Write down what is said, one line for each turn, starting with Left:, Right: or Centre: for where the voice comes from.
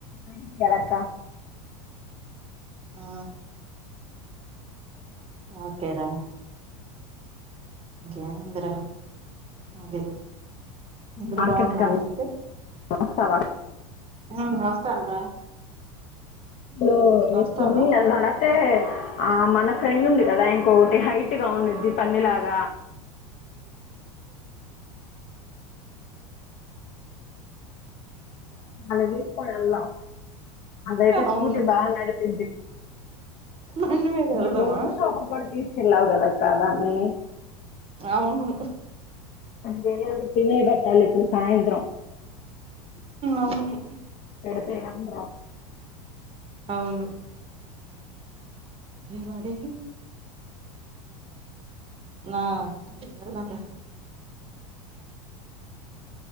Left: ఏంటక్క
Right: ఆ ఓకేరా ఏందిరా అదే అందరు
Left: మార్కెట్కి
Right: బాగున్నారు
Left: వెళ్ళి
Right: అయితే
Left: వస్తావా
Right: ఆ వస్తాన్ రా
Left: లో వేసుకొని
Right: వస్తాను
Left: అదనతే ఆ మన ఫ్రెండ్ ఉంది కదా ఇంకొకటి హైట్ పొట్టిగా ఉండిద్ది పందిలాగ మన్న తిస్కొనిన్ల అదైతే స్కూటీ
Right: అవును
Left: బా నడిపింది
Right: బండి మీద
Left: మొన్న
Right: వెళ్దామా
Left: గోల్డ్ షాపు కూడా తీసుకెళ్ళావు కదక్క దాన్ని
Right: అవును
Left: దేనే ఒక తినై పెట్టాలి ఇప్పుడు సాయంత్రం
Right: అవును
Left: ఎడతే కాంట
Right: అవును వాడే ఆ వెళ్దాం రా